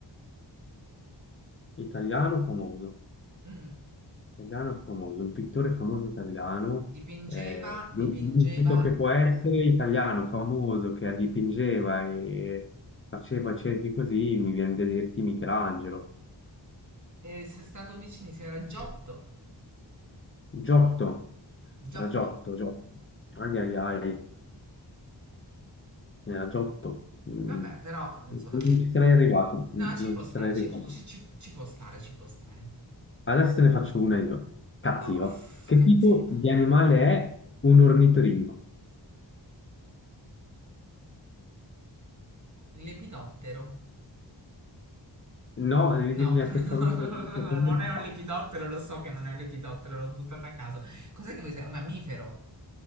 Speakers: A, on the left (about 30°); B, on the right (about 40°).
A: italiano famoso,
B: Mh-mh.
A: italiano famoso, un pittore famoso italiano,
B: Dipingeva,
A: eh, l'u-
B: dipingeva,
A: l'unico che può essere italiano famoso che dipingeva e faceva cerchi così, mi viene da dirti Michelangelo,
B: e sei stato vicinissimo, era Giotto,
A: Giotto.
B: Giotto.
A: Era Giotto, Giotto. Ai ai ai, era Giotto. Mm.
B: Vabbè, però, insomma,
A: Non ci sarei arrivato,
B: no,
A: mm,
B: ci
A: non
B: può
A: ci
B: stare,
A: sarei arrivato.
B: ci, ci- ci- ci può stare, ci può stare.
A: Adesso te ne faccio una io. Cattiva.
B: Uff,
A: Che
B: cattiva.
A: tipo di animale è un ornitorinco?
B: Lepidottero.
A: No, devi
B: No,
A: dirmi a che famiglia,
B: <laughs>
A: che famiglia
B: non è un
A: fa.
B: lepidottero, lo so che non è un lepidottero, l'ho buttato a caso. Cos'è che vuoi sapere? Un mammifero.